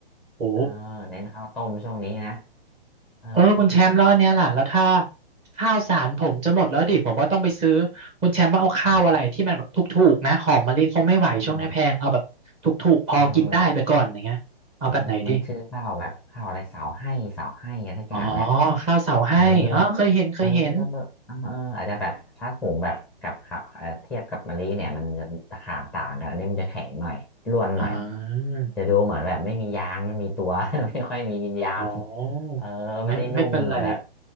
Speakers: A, on the right; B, in the centre.
A: โอ้
B: เออเน้นข้าวต้มช่วงนี้นะเออ
A: เออคุณแชมป์แล้วอันเนี้ยล่ะแล้วถ้าข้าวสารผมจะหมดแล้วดิผมว่าต้องไปซื้อคุณแชมป์ว่าเอาข้าวอะไรที่มันแบบถูกๆนะหอมมะลิคงไม่ไหวช่วงนี้แพงเอาแบบถูกๆพอกินได้ไปก่อนอย่างเงี้ยเอาแบบไหนดิ
B: อ่ะเออเออเออมันชื่อข้าวแบบข้าวอะไรเสาให้เสาให้อะไรสักอย่างเนี่ย
A: อ๋อข้าวเสาให้อ๋อเคยเห็นเคยเห็น
B: เออ เออเอออาจจะแบบถ้าหุงแบบกับข้าวเอ่อเทียบกับมะลิเนี่ยมันจะตะข่างต่างกันอันนี้มันจะแข็งหน่อยร่วนหน่อย
A: อ่า
B: จะดูเหมือนแบบไม่มียางไม่มีตัว <laughs> ไม่ค่อยมีวิญญาณ
A: อ๋อ
B: เออไม่ได้นุ่มแบบ
A: ไม่ไม่เป็นไร